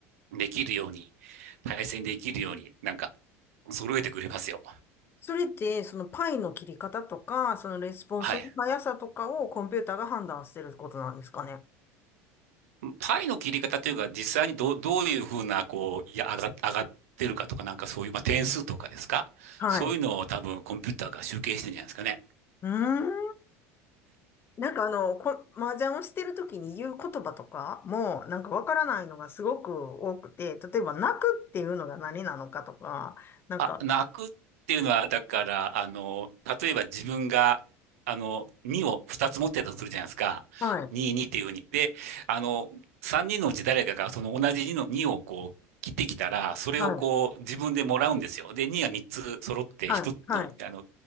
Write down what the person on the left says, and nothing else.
それって、そのパイの切り方とか、そのレスポンスの速さとかをコンピューターが判断してることなんですかね。
はい。うーん。なんかあの、こ、麻雀をしてるときに言う言葉とかも、なんかわからないのがすごく多くて、例えば泣くっていうのが何なのかとか、なんか、
はい、
はい、
はい、はい、